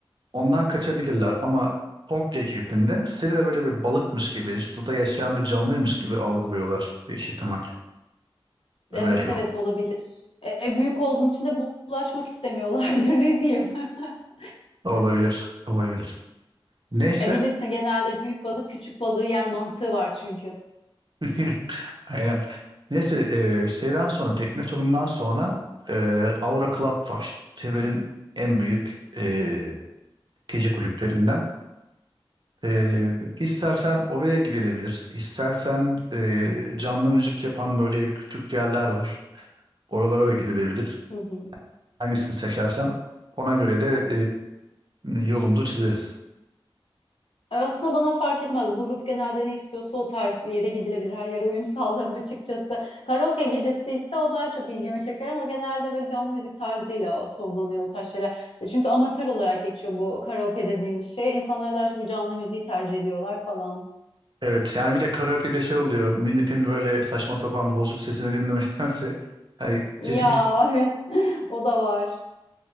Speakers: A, on the right; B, on the left.
A: ondan kaçabilirler ama komple girdiğinde seni de böyle bir balıkmış gibi, suda yaşayan bir canlıymış gibi algılıyorlar büyük ihtimal. Belki
B: Evet
A: de
B: evet olabilir. E, büyük olduğun için de bulaşmak istemiyorlardır <laughs> ne diyeyim. <laughs>
A: olabilir, olabilir. Neyse
B: E, bilirsin genelde büyük balık küçük balığı yer mantığı var çünkü.
A: <laughs> Aynen. Neyse e, şeyden sonra tekne turundan sonra e, Aura Club var. Teber'in en büyük e, gece kulüplerinden. E, istersen oraya gidilebilir. İstersen e, canlı müzik yapan böyle küçük yerler var. Oralara da gidilebilir.
B: Hı hı.
A: Hangisini seçersen ona göre de e, yolumuzu çizeriz.
B: E, aslında bana fark etmez. Grup genelde ne istiyorsa o tarz bir yere gidilebilir. Her yere uyum <laughs> sağlarım açıkçası. Karaoke gecesi ise o daha çok ilgimi çeker ama genelde böyle canlı müzik tarzıyla o sonlanıyor o tarz şeyler. E, çünkü amatör olarak geçiyor bu karaoke dediğimiz şey. İnsanlar daha çok canlı müziği tercih ediyorlar falan.
A: Evet yani bir de karaoke'de şey oluyor. Milletin böyle saçma sapan bozuk sesini dinlemektense hani
B: Ya
A: sesi, gü-
B: evet <laughs> o da var.